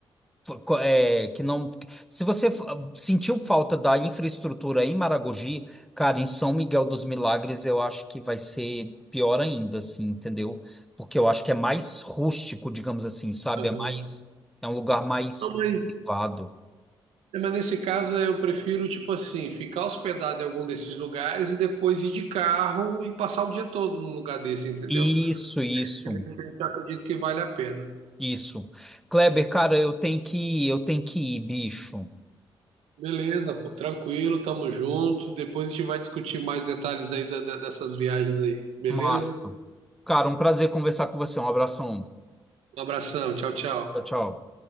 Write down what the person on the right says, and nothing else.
Aham.
Não, mas,
mas nesse caso eu prefiro, tipo assim, ficar hospedado em algum desses lugares e depois ir de carro e passar o dia todo num lugar desse, entendeu?
Eu acredito que vale a pena.
Beleza, pô, tranquilo, tamo junto. Depois a gente vai discutir mais detalhes aí da- da- dessas viagens aí, beleza?
Um abração, tchau, tchau.